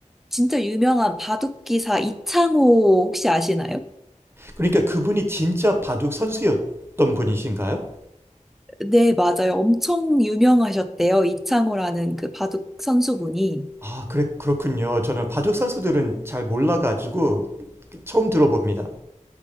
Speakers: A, in the centre; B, on the right (about 20°).
A: 진짜 유명한 바둑 기사 이창호 혹시 아시나요?
B: 그러니까 그분이 진짜 바둑 선수였던 분이신가요?
A: 네, 맞아요. 엄청 유명하셨대요. 이창호라는 그 바둑 선수분이.
B: 아, 그래, 그렇군요. 저는 바둑 선수들은 잘 몰라가지고 처음 들어봅니다.